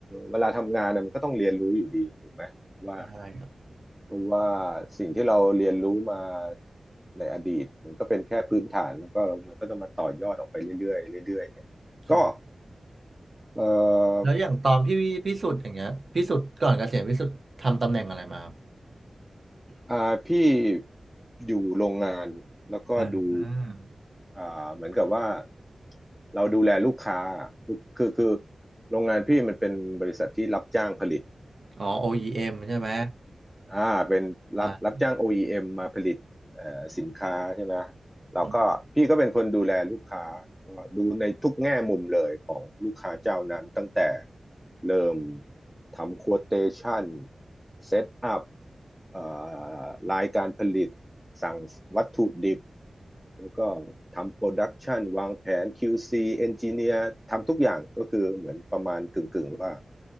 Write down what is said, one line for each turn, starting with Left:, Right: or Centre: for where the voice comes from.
Centre: เวลาทำงานเนี่ยมันก็ต้องเรียนรู้อยู่ดีถูกไหมว่า
Right: ใช่ครับ
Centre: เพราะว่าสิ่งที่เราเรียนรู้มาในอดีตมันก็เป็นแค่พื้นฐานแล้วก็มันก็ต้องมาต่อยอดออกไปเรื่อยๆเรื่อยๆเนี่ยก็
Right: ใช่
Centre: เอ่อ
Right: แล้วอย่างตอนพี่พิสุทธิ์อย่างเงี้ยพิสุทธิ์ก่อนเกษียณพิสุทธิ์ทำตำแหน่งอะไรมาครับ
Centre: อ่าพี่อยู่โรงงานแล้วก็ดู
Right: อ่า
Centre: อ่าเหมือนกับว่าเราดูแลลูกค้าลูกคือคือโรงงานพี่มันเป็นบริษัทที่รับจ้างผลิต
Right: อ๋อ OEM ใช่ไหม
Centre: อ่าเป็นรับรับจ้าง
Right: อ่า
Centre: OEM มมาผลิตเอ่อสินค้าใช่ไหมเราก็พี่ก็เป็นคนดูแลลูกค้าก็ดูในทุกแง่มุมเลยของลูกค้าเจ้านั้นตั้งแต่
Right: อืม
Centre: เริ่มทำ quotation เซตอัพเอ่อรายการผลิตสั่งวัตถุดิบแล้วก็ทำโปรดักชันวางแผน QC เอนจิเนียร์ทำทุกอย่างก็คือเหมือนประมาณกึ่งๆว่า